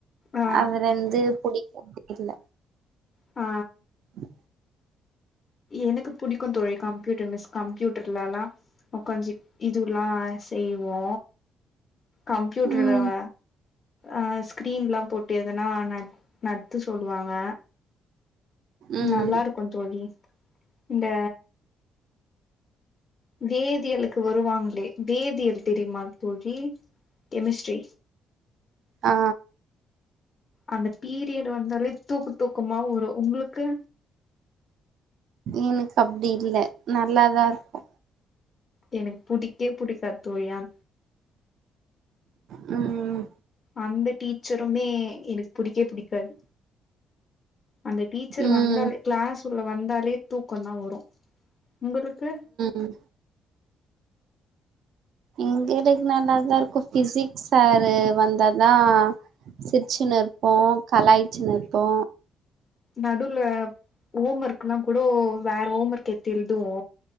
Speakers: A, on the left; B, on the right.
A: ஆ
B: அதுலருந்து புடிக்கற்தில்ல
A: ஆ
B: உஹ
A: எனக்கு புடிக்குந் தோழி கம்ப்யூட்டர் மிஸ் கம்ப்யூட்டர்லெல்லா அ கொஞ்சி இதுவ்லா செய்வோ கம்ப்யூட்டர்ல
B: ம்
A: வ அ ஸ்கிரீன்லா போட் ட்ரு எதனா நட் நட்த்த சொல்லுவாங்க
B: ம்
A: நல்லா இருக்கு தோழி இந்த வேதியலுக்கு வருவாங்களே வேதியல் தெரியிமா தோழி கெமிஸ்ட்ரி
B: அ
A: அந்த பீரியடு வந்தாலே தூக்கு தூக்கமா வரு உங்குளுக்கு
B: எனக்கு அப்டி இல்ல நல்லாதா இருக்கு
A: எனக் புடிக்கே புடிக்காத் தோழி அ
B: ம்
A: அந்த டீச்சருமே எனுக் புடிக்கே புடிக்காது அந்த டீச்சரு
B: ம்
A: வந்தாலே
B: ம்
A: க்ளாஸ் உள்ள வந்தாலே தூக்கொந்தா வரு உங்களுக்கு
B: ம் எங்களுக் நல்ல தா இருக்கு ஃபிசிக்ஸ் சாரு வந்தாதா சிர்ச்சின் னிர்போ கலாய்ச்சினிருபோ
A: நடுவ்ல இந்த ஹோம் ஒர்க்குல்லா கூட வேற ஹோம் ஒர்க் எத்து எழ்துவோ